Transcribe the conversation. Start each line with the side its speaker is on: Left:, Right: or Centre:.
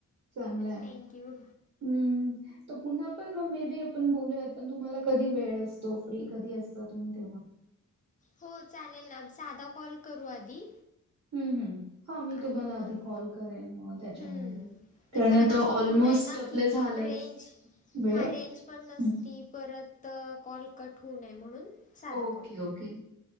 Right: चांगलंय
Left: थँक्यू
Right: हम्म त पुन्हा पण मग मे बी आपण बोलूयात पण तुम्हाला कधी वेळ असतो फ्री कधी असता तुम्ही तेव्हा
Left: हो चालेल ना साधा कॉल करू आधी
Right: हम् हम् हा मी
Left: आणि
Right: तुम्हाला
Left: मग
Right: आधी कॉल करेन मग त्याच्यानंतर
Left: हम्म नाही
Right: कारण
Left: परत
Right: तो
Left: असं
Right: ऑलमोस्ट
Left: होऊ नये ना
Right: आपलं
Left: की
Right: झालंच
Left: रेंज
Right: वेळ.
Left: हां रेंज पण नसती
Right: हं.
Left: परत त कॉल कट होऊ नये म्हणून साधा
Right: ओके
Left: कॉल.
Right: ओके